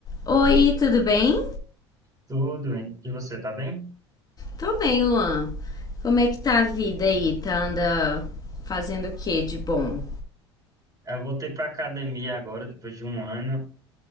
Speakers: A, on the left; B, on the right.
A: Oi, tudo bem?
B: Tudo bem. E você, tá bem?
A: Tô bem, Luan. Como é que tá a vida aí? Tá anda fazendo o que de bom?
B: Eu voltei pra academia agora, depois de um ano.